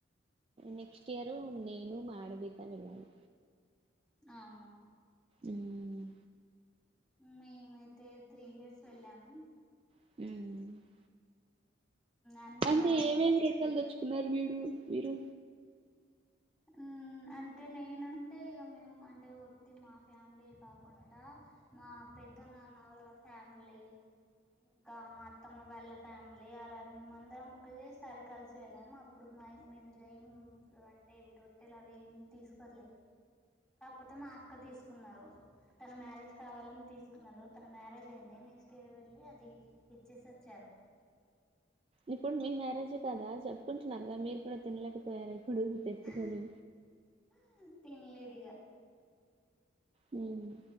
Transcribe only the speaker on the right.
నెక్స్ట్ ఇయరు నేను మా ఆడబిడ్డ వెళ్ళాలి
ఉమ్
ఉమ్
అంటే
ఏమేమి రిక్కలు తెచ్చుకున్నారు మీరు
ఇప్పుడు మీ మ్యారేజే కదా చెప్పుకుంటున్నారు. మీరు కూడా తినలేకపోయారా ఇప్పుడు. తెచ్చుకొని
మ్